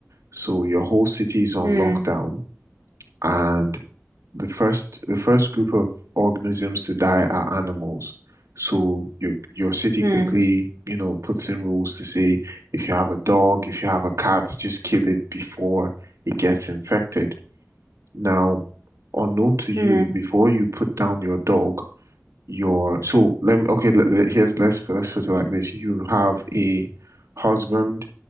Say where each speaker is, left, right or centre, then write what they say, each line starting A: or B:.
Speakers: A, on the right; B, on the right.
A: So your whole city is on
B: mm,
A: lockdown, and the first the first group of organisms to die are animals. So your your city
B: mm,
A: quickly, you know, puts in rules to say if you have a dog, if you have a cat, just kill it before it gets infected. Now, unknown to you,
B: mm,
A: before you put down your dog, your so let me okay, let, let- here's let's let's put it like this. You have a husband